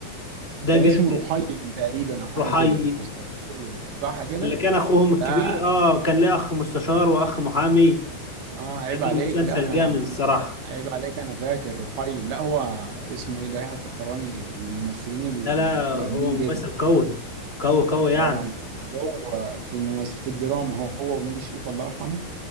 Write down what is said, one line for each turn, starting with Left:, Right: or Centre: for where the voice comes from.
Left: ده
Right: كان
Left: جامد
Right: اسمه رحيم تقريبا او حاجه
Left: رحي
Right: كده الشخصيه صح كده؟
Left: اللي كان اخوهم
Right: لا
Left: الكبير اه كان ليه اخ مستشار واخ محامي
Right: اه عيب
Left: لكن
Right: عليك
Left: المسلسل
Right: لا انا
Left: جامد الصراحه
Right: عيب عليك انا فاكر رحيم لا هو اسمه ايه ده يحيى الفخراني من الممثلين
Left: لا
Right: ال- الجامدين
Left: لا هو ممثل
Right: جدا
Left: قوي قوي قوي يعني
Right: اه يعني هو في ممثل في الدراما هو ونور الشريف الله يرحمه